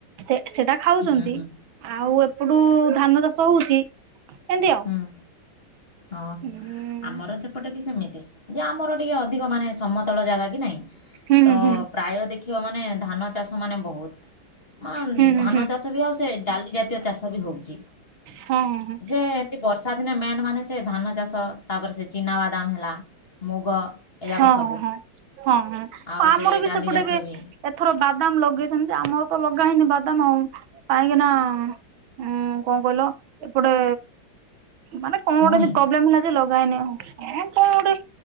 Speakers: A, on the right; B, on the left.
A: ସେ ସେଟା ଖାଉଚନ୍ତି।
B: ହୁଁ ହୁଁ
A: ଆଉ ଏପଟୁ ଧାନ ଚାଷ ହଉଚି ଏନ୍ତି ଆଉ।
B: ହୁଁ ହଁ ହଁ
A: ହୁଁ
B: ଆମର ସେପଟେ ବି ସେମିତି ଯେ ଆମର ଟିକେ ଅଧିକ ମାନେ ସମତଳ ଜାଗା କି ନାଇଁ
A: ହୁଁ
B: ତ
A: ହୁଁ ହୁଁ
B: ପ୍ରାୟ ଦେଖିବ ମାନେ ଧାନ ଚାଷ ମାନେ ବହୁତ୍। ମ
A: ହୁଁ ହୁଁ
B: ଧାନ
A: ହୁଁ
B: ଚାଷ ବି ଆଉ ସେ ଡାଲି ଜାତୀୟ ଚାଷ ବି ହୋଉଚି।
A: ହଁ ହଁ ହଁ।
B: ଏ ଏମତି ବର୍ଷା ଦିନେ ମେନ୍ ମାନେ ସେ ଧାନ ଚାଷ ତାପରେ ସେ ଚିନାବାଦାମ ହେଲା ମୁଗ ଏଯାକ
A: ହଁ
B: ସବୁ
A: ହଁ ହଁ ହଁ ହଁ
B: ଆଉ
A: ଆମର
B: ସେ
A: ବି
B: ଡାଲି
A: ସେପଟେ
B: ଜାତୀୟ
A: ଏବେ
B: ବି
A: ଏଥର ବାଦାମ ଲଗେଇଛନ୍ତି ଯେ ଆମର ତ ଲଗା ହେଇନି ବାଦାମ ଆଉ କାହିଁକି ନାଁ ହୁଁ କଁ କହିଲ ଏପଟେ ମାନେ କଣ ଗୋଟେ
B: ଭୁଇଁ
A: ଏନ୍ତି ପ୍ରବ୍ଲେମ୍ ହେଲା ଯେ ଲଗା ହେଇନି ଆଉ ହଁ କଁ ଅଟେ